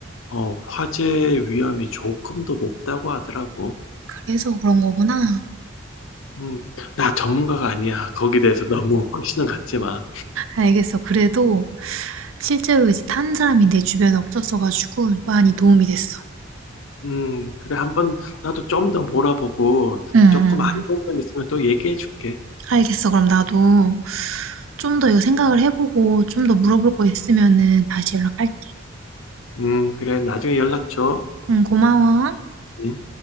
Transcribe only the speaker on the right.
그래서 그런 거구나.
알겠어. 그래도 실제로 이제 탄 사람이 내 주변에 없었어가지고 많이 도움이 됐어.
응, 응,
알겠어. 그럼 나도 좀 더 이거 생각을 해보고 좀 더 물어볼 거 있으면은 다시 연락할게.
응, 고마워.